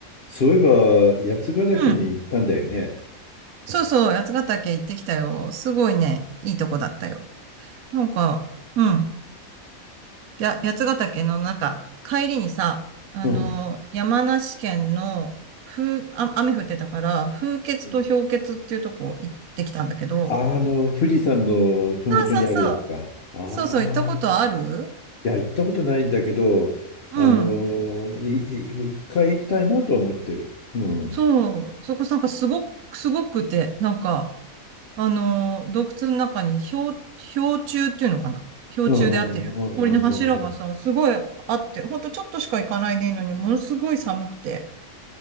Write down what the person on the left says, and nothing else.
そういえば、八ヶ岳に行ったんだよね。
うん。
うんあの、富士山のふもとにあるやつか。
ああ。
いや、行ったことないんだけど、
あの、いい一回行きたいなとは思ってる。うん。
うん
うんうんうんうんうん。